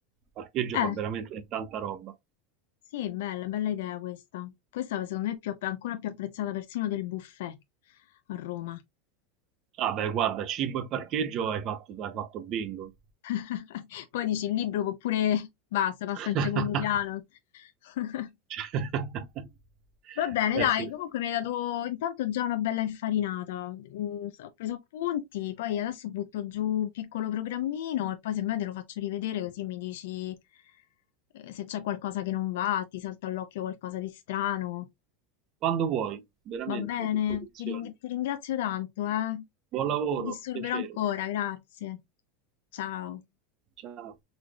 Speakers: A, on the right; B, on the left.
A: Parcheggio fa
B: Eh,
A: veramente tanta roba.
B: sì, bella, bella idea questa. Questa secondo me è più app- ancora più apprezzata persino del buffet a Roma.
A: Ah beh, guarda, cibo e parcheggio hai fatto, hai fatto bingo.
B: <laughs> Poi dici il libro può pure basta, passa
A: <laughs>
B: in secondo piano. <laughs>
A: Cioè, <laughs>
B: Va bene,
A: Beh,
B: dai,
A: sì.
B: comunque mi hai dato intanto già una bella infarinata. Mm, so- ho preso appunti, poi adesso butto giù un piccolo programmino e poi semmai te lo faccio rivedere così mi dici eh, se c'è qualcosa che non va, ti salta all'occhio qualcosa di strano.
A: Quando vuoi, veramente
B: Va bene,
A: a disposizione.
B: ti ring- ti ringrazio tanto, eh.
A: Buon lavoro,
B: Ti disturberò
A: piacere.
B: ancora, grazie. Ciao.
A: Ciao.